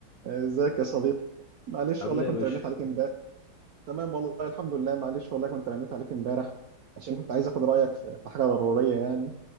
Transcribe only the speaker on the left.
عامل
ايه
يا باشا